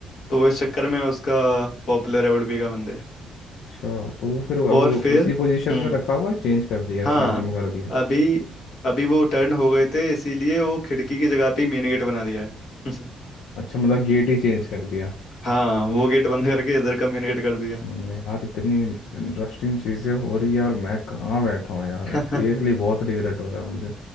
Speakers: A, on the left; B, on the left.
A: तो वो इस चक्कर में उसका पॉपुलर है उडुपी का मंदिर
B: अच्छा तो वो फिर अभी
A: और
B: वो
A: फिर
B: उसी पोजीशन
A: हम्म
B: में रखा हुआ है चेंज कर दिया
A: हाँ
B: फ्रंट में कर दिया
A: अभी अभी वो टर्न हो गए थे इसीलिए वो खिड़की की जगह पे ही मेन गेट बना दिया है <laughs>
B: अच्छा मतलब गेट ही चेंज कर दिया
A: हाँ वो गेट बंद करके इधर का मेन गेट कर दिया
B: हम्म, यार इतनी इंटरेस्टिंग चीज़ें हो रही है और मैं कहाँ बैठा हूँ यार
A: <laughs>
B: सीरियसली बहुत रिग्रेट हो रहा है मुझे